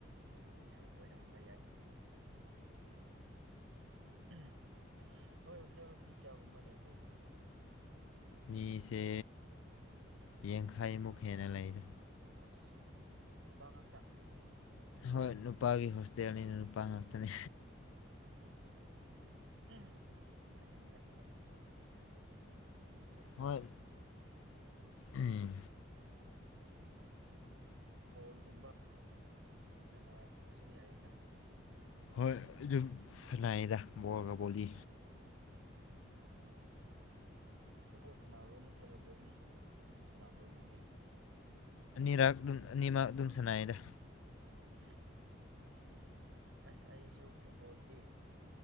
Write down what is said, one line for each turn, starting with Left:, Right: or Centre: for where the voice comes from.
Right: ꯑꯗꯨꯒꯤꯁꯨ ꯑꯣꯏꯔꯝꯕ ꯌꯥꯏ ꯎꯝ ꯅꯣꯏ ꯍꯣꯁꯇꯦꯜꯗꯣ ꯃꯤ ꯀꯌꯥꯒꯨꯝꯕ ꯂꯩꯕ꯭ꯔꯣ
Left: ꯃꯤꯁꯦ ꯌꯦꯡꯈꯩꯃꯨꯛ ꯍꯦꯟꯅ ꯂꯩꯗ
Right: ꯑꯁ ꯅꯨꯄꯥ ꯉꯥꯛꯇ
Left: ꯍꯣꯏ ꯅꯨꯄꯥꯒꯤ ꯍꯣꯁꯇꯦꯜꯅꯤꯅ ꯅꯨꯄꯥ ꯉꯥꯛꯇꯅꯦ
Right: ꯎꯝ ꯅꯨꯡꯉꯥꯏꯒꯅꯤꯗ ꯑꯗꯨꯗꯤ ꯃꯤ ꯂꯩ
Left: ꯍꯣꯏ
Right: ꯌꯥꯝꯕꯗꯤ
Left: ꯎꯝ
Right: ꯕꯣꯜꯒꯨꯝꯕ ꯁꯥꯟꯅꯔ ꯕꯁꯨ ꯌꯥꯏꯅ
Left: ꯍꯣꯏ ꯑꯗꯨꯝ ꯁꯅꯥꯗ ꯕꯣꯜꯒ ꯕꯣꯂꯤ
Right: ꯎꯝ ꯎꯝ ꯐꯨꯠꯕꯣꯜ ꯁꯥꯟꯅꯕ꯭ꯔꯣ ꯅꯠꯇ꯭ꯔꯒ ꯕꯣꯂꯤ ꯁꯥꯟꯅꯕ꯭ꯔꯣ ꯅꯪꯒꯤ
Left: ꯑꯅꯤꯔꯥꯛ ꯑꯗꯨꯝ ꯑꯅꯤꯃꯛ ꯑꯗꯨꯝ ꯁꯅꯩꯗ
Right: ꯎꯝ ꯑꯁ ꯑꯩꯁꯨ ꯐꯨꯠꯕꯣꯜꯗꯤ